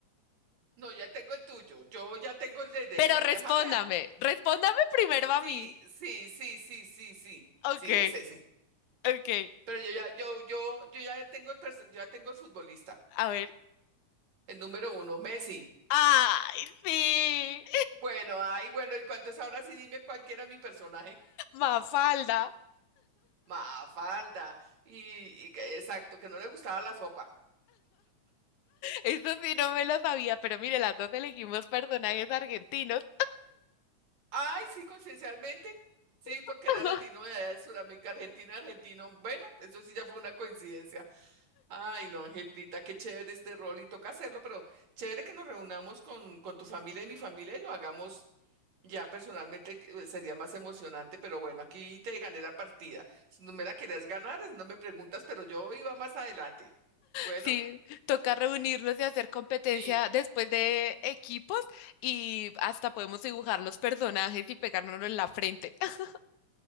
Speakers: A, on the right (about 65°); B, on the left (about 80°).
A: No, ya tengo el tuyo. Yo ya tengo el de de
B: Pero
A: eso. Déjame.
B: respóndame,
A: a-
B: respóndame primero a
A: Sí,
B: mí.
A: sí, sí, sí, sí, sí.
B: Ok,
A: Sí, es ese.
B: ok,
A: Pero yo ya, yo, yo, yo ya tengo el perso- yo ya tengo el futbolista.
B: a ver.
A: El número uno, Messi.
B: ¡Ay, sí!
A: Bueno, ay, bueno, ¿y cuántos ahora sí dime cuál era mi personaje?
B: Mafalda.
A: Mafalda. Y, y que- exacto, que no le gustaba la sopa.
B: Eso sí no me lo sabía, pero mire, las dos elegimos personajes argentinos.
A: Ay, sí, coincidencialmente. Sí, porque
B: <laughs>
A: era latino de allá de Sudamérica, Argentina, argentino. Bueno, eso sí ya fue una coincidencia. Ay, no, Angelita, qué chévere este rol y toca hacerlo, pero chévere que nos reunamos con, con tu familia y mi familia y lo hagamos ya personalmente, que, eh, sería más emocionante, pero bueno, aquí te gané la partida. Si no me la querías ganar, no me preguntas, pero yo iba más adelante. Bueno,
B: Sí, toca reunirnos y hacer competencia
A: sí.
B: después de equipos y hasta podemos dibujar los personajes y pegárnoslo en la frente. <laughs>